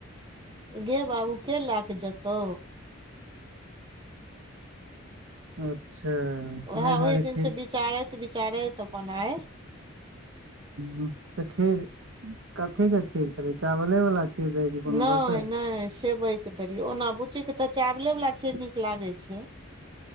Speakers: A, on the right; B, on the right.
A: गे बाबू के ला कऽ जेतौ।
B: ह अच्छा।
A: उएह ओहि
B: दुआरे
A: दिनसँ
B: खीर
A: विचारैत विचारैत अपन आय।
B: ह त खीर कथी के खीर छलै चावले वाला खीर रहै कोनो
A: नहि
B: दोसर
A: नहि सेवै के देलियै ओना बुची के त चावले वला खीर नीक लागै छै